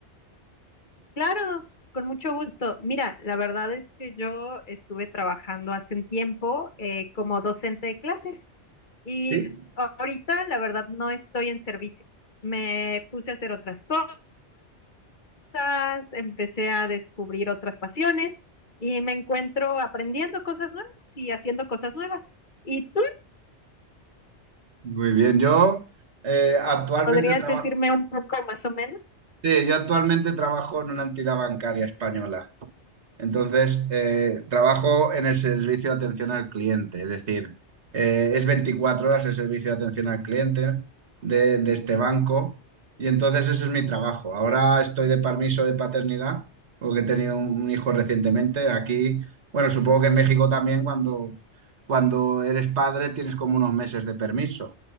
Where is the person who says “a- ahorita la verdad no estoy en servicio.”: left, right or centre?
Left